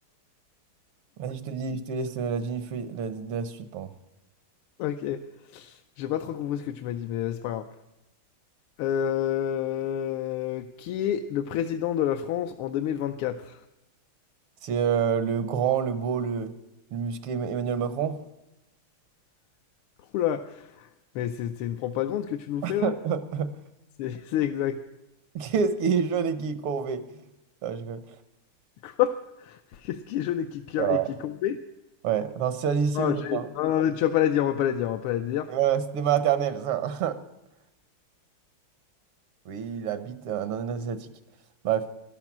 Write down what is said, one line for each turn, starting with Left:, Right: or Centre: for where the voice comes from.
Right: Vas-y, je te dis, je te laisse euh, la, Jennifer- la, la suite, pardon.
Left: OK. J'ai pas trop compris ce que tu m'as dit, mais c'est pas grave. Heu, qui est le président de la France en 2024?
Right: C'est euh, le grand, le beau, le, le musclé Emmanuel Macron.
Left: Ouh là, mais c'est c'est une propagande que tu nous fais
Right: <laughs>
Left: là? C'est <laughs> c'est exact
Right: Qu'est-ce qui est jaune et qui est courbé? Non, je rigole.
Left: quoi? Qu'est-ce qui est jaune et qui qui
Right: Ah.
Left: et qui compte
Right: Ouais, non, c'est un lycée
Left: Ah
Right: au départ.
Left: j'ai non, non, mais tu vas pas la dire, on va pas la dire, on va pas la dire.
Right: Voilà, c'était maternelle, ça. <laughs> Oui, il habite euh, dans un asiatique. Bref.